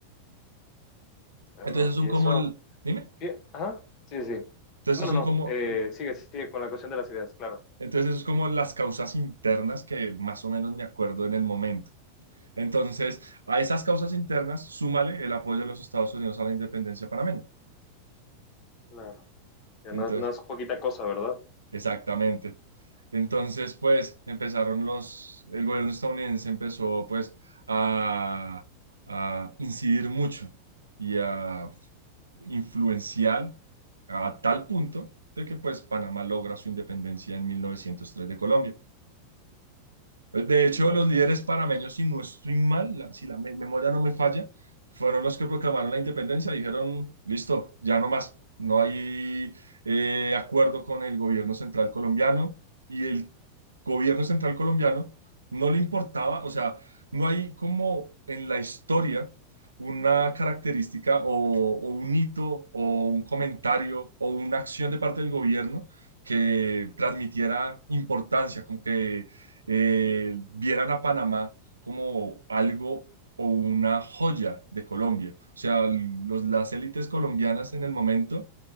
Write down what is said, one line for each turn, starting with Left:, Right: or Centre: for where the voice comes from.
Left: perdón.
Right: Entonces son
Left: Y
Right: como
Left: eso,
Right: el, dime,
Left: sí, ajá, sí, sí.
Right: entonces
Left: No, no,
Right: son
Left: no,
Right: como,
Left: eh, sigue, sigue con la cuestión de las ideas, claro,
Right: entonces eso es como las causas internas que más o menos me acuerdo en el momento. Entonces, a esas causas internas, súmale el apoyo de los Estados Unidos a la independencia panameña.
Left: claro. Que
Right: Entonces,
Left: no, es- no es poquita cosa, ¿verdad?
Right: exactamente. Entonces, pues, empezaron los, el gobierno estadounidense empezó, pues, a, a incidir mucho y a influenciar a tal punto de que, pues, Panamá logra su independencia en 1903 de Colombia. De
Left: mil
Right: hecho,
Left: novecientos
Right: los líderes parameños,
Left: tres.
Right: si no estoy mal, la- si la me- memoria no me falla, fueron los que proclamaron la independencia. Dijeron, listo, ya no más. No hay eh, acuerdo con el gobierno central colombiano y el gobierno central colombiano no le importaba, o sea, no hay como en la historia una característica o, o un hito o un comentario o una acción de parte del gobierno que transmitiera importancia, como que eh, vieran a Panamá como algo o una joya de Colombia. O sea, los, las élites colombianas en el momento